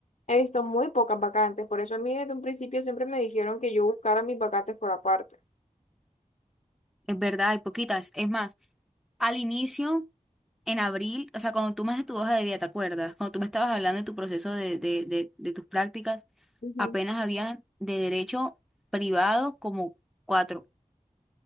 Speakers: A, on the left; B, in the centre.
A: he visto muy pocas vacantes. Por eso a mí desde un principio siempre me dijeron que yo buscara mis vacantes por aparte.
B: Es verdad, hay poquitas. Es más, al inicio, en abril, o sea, cuando tú me haces tu hoja de vida, ¿te acuerdas? Cuando tú me estabas hablando de tu proceso de, de, de, de tus prácticas,
A: Ujú.
B: apenas habían de derecho privado como cuatro.